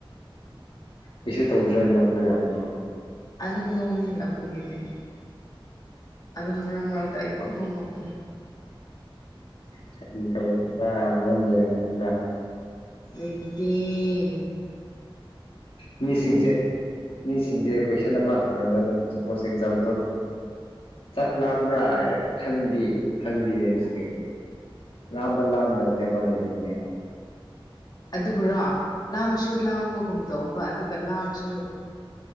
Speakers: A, on the left (about 80°); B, on the left (about 45°).
A: ꯀꯩꯁꯨ ꯇꯧꯗ꯭ꯔ ꯅꯣꯡꯄ ꯌꯥꯕ꯭ꯔꯣ
B: ꯑꯗꯨꯝ ꯅꯣꯡꯅꯤꯡꯂꯛꯄꯒꯤꯅꯦ ꯑꯩ ꯑꯗꯨꯝ ꯃꯔꯛ ꯃꯔꯛꯇ ꯑꯩ ꯄꯪ ꯅꯣꯛ ꯅꯣꯛꯄꯅꯦ
A: ꯐꯒꯤ ꯑꯧꯕꯅꯤꯗ ꯃꯔꯝ ꯂꯩꯔꯝꯅꯤꯕ
B: ꯅꯩꯇꯦ
A: ꯃꯤꯁꯤꯡꯁꯦ ꯃꯤꯁꯤꯡꯁꯦ ꯀꯣꯏꯁꯟ ꯑꯃ ꯍꯪꯉꯒ ꯑꯗꯨꯝ ꯁꯄꯣꯁ ꯑꯦꯛꯖꯥꯝꯄꯜ ꯆꯥꯛ ꯂꯥꯝꯕ꯭ꯔꯥ ꯍꯥꯏꯔꯒ ꯈꯪꯗꯦ ꯈꯪꯗꯦ ꯍꯥꯏꯕꯁꯤ ꯀꯩꯅꯣ ꯂꯥꯝꯕ ꯂꯥꯝꯗꯕꯗꯤ ꯑꯃ ꯂꯩꯔꯝꯒꯅꯦꯕ
B: ꯑꯗꯨꯕꯨꯔꯣ ꯂꯥꯝꯁꯨ ꯂꯥꯝꯕꯒꯨꯝ ꯇꯧꯕ ꯑꯗꯨꯒ ꯂꯥꯝꯁꯨ